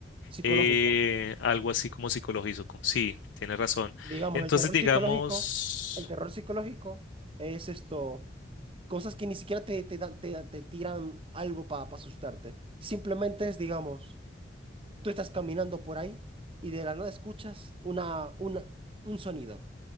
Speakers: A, on the right (about 30°); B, on the left (about 85°).
A: psicológico.
B: eh, algo así como psicológico, sí, tienes razón.
A: Digamos,
B: Entonces,
A: el terror
B: digamos...
A: psicológico, el terror psicológico es esto, cosas que ni siquiera te, te dan- te, te tiran algo para asustarte. Simplemente es, digamos, tú estás caminando por ahí y de la nada escuchas una, una, un sonido.